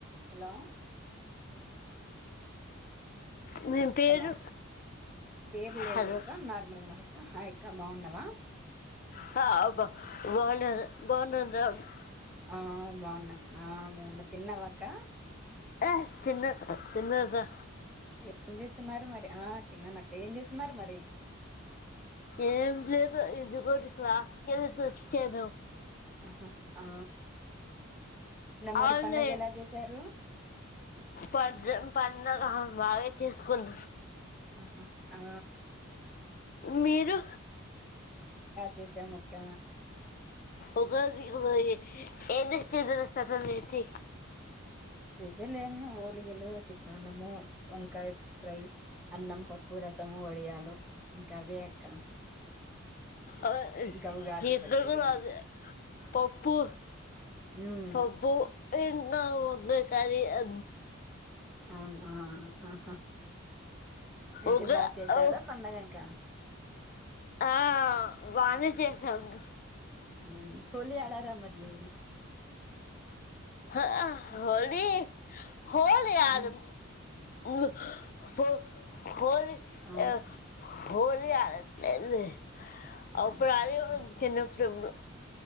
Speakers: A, in the centre; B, on the left.
A: Hello
B: మీ పేరు
A: hello పేర్లే
B: హలో
A: ఇక నార్మల్ గా మాట్లాడతా హాయ్ ఇంకా బాగున్నావా
B: హబ్బా బ బ బాగున్నాను ర
A: ఆ బాగున్నాం ఆ బాగున్నా తిన్నావక్క
B: ఏ తిన తిన్నలేరా
A: ఏం చేస్తున్నారు మరి ఆ తిన్నానక్క ఏం చేస్తున్నారు మరి
B: ఏం లేదు ఇది కూడా క్లాస్కెల్లి తెచ్చను
A: ఆహా ఆ మరి
B: అవులే
A: పండగ ఎలా చేశారు
B: ప <unintelligible> వాగా తీసుకుంద
A: ఆహా ఆ
B: మీరు
A: చేసానక్క
B: ఒకకకు ఎన్ని <unintelligible> లేసి
A: స్పెషల్ ఏం <unintelligible> చిత్ర అన్నము వంకాయ ఫ్రై అన్నం పప్పు రసము వడియాలు ఇంకా అవే అక్క
B: అ
A: ఇంకా ఉగాది
B: మీ ఇద్దరికి
A: పచ్చడి
B: రాజ పప్పు
A: ఉమ్
B: పబ్బు ఎంద అదేసారి అ
A: అవునా ఆహా అయితే
B: ఒక
A: బాగా చేసారా పండగ ఇంకా
B: ఆ బానే చేసాము
A: ఆ హోలీ ఆడారా మరి
B: హా హోలీ హోలీ ఆడమ్
A: హ్మ్.
B: ఉమ్ హో హోలి
A: అవును.
B: ఆ హోలి ఆడను లేండి అప్పుడు
A: ఆ!
B: ఆడేవాళ్ళం
A: ఆ!
B: చిన్నప్పుడు ఎప్పుడో